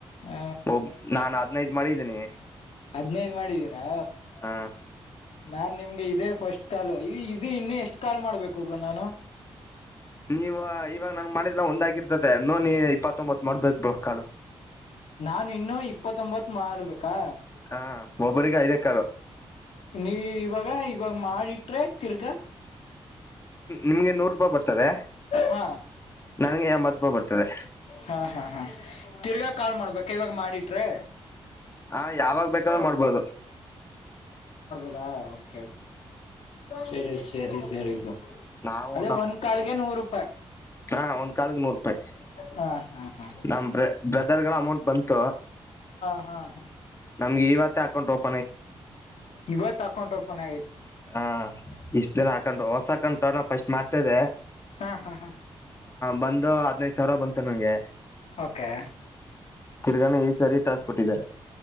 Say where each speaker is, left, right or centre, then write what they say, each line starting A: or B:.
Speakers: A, on the left (about 80°); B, on the left (about 25°).
A: ಹ
B: ಒ ನಾನು ಹದ್ನೈದ ಮಾಡಿದ್ದೀನಿ
A: ಹದ್ನೈದ ಮಾಡಿದೀರಾ
B: ಹ
A: ನಾನ್ ನಿಮ್ಗೆ ಇದದೆ ಫಸ್ಟ್ ಕಾಲ್ ಈ ಇದು ಇನ್ನು ಎಷ್ಟ್ ಕಾಲ್ ಮಾಡ್ಬೇಕ ಒಬರು ನಾನು
B: ನೀವ ಇವಾಗ ನನ್ ಮಾಡಿದಲ ಒಂದ್ಕಿರ್ತತೆ ನೋ ನೀ ಇಪ್ಪತ್ತೊಂಬತ್ ಮಾಡ್ಬೇಕಕ್ ರೊಕ್ಕ
A: ನಾನು ಇನ್ನುೂ ಇಪ್ಪತ್ತೊಂಬತ್ ಮಾಡಬೇಕಾ
B: ಹ ಒಬ್ಬರಿಗೆ ಐದೇ ಕಾಲು
A: ನೀ ಇವಾಗ ಇವಾಗ ಮಾಡಿಟ್ರೆ ತಿರ್ಗಾ
B: ನಿಮ್ಗೆ ನೂರು ರೂಪಾಯಿ ಬರ್ತದೆ
A: ಹಾ
B: ನನ್ಗೆ ಎಂಬತ್ತುೂಪ ಬರ್ತದೆ
A: ಹಾ ಹಾ ಹಾ ತಿರ್ಗಾ ಕಾಲ್ ಮಾಡ್ಬೇಕ ಇವಾಗ ಮಾಡಿಟ್ರೆ
B: ಹಾ ಯಾವಾಗ ಬೇಕಾದ್ರೂ ಮಾಡಡ್ಬೋದು
A: ಹ ಸರಿ ಸರಿ ಸರಿ ಬೋ
B: ನಾವು
A: ಅದೇ ಒಂದ್ ಕಾಲ್ಗೆ ನೂರುೂಯಿ
B: ಹ ಒಂದು ಕಾಲಕ್ಕೆ ನೂರು ರೂಪಾಯಿ
A: ಹಾ ಹಾ ಹಾ
B: ನಮ್ಮ ಬ್ರಾದರ್ ಅಮೌಂಟ್ ಬಂತ
A: ಹಾ ಹಾ
B: ನಮ್ಗೆ ಇವತ್ತ ಹಾಕೊಂಡು ಹ
A: ಇವತ್ತು ಹಾಕೊಂಡಂಟ ಮನೆ
B: ಹಾ ಇಷ್ಟ್ ದಿನ ಹಾಕೊಂಡರು ಹೊಸ ಹಾಕ ಅವನ ಫಸ್ಟ್ ಮಾಡ್ತದೆ
A: ಹಾ ಹಾ ಹಾ
B: ಬಂದು ಹದ್ನೈದು ಸಾವಿರ ಬಂತ ನಂಗೆ
A: ಓಕೆ
B: ತಿರ್ಗಾನ ಈ ಸರಿ ಟಾಸ್ ಕೊಟ್ಟಿದ್ದಾರೆ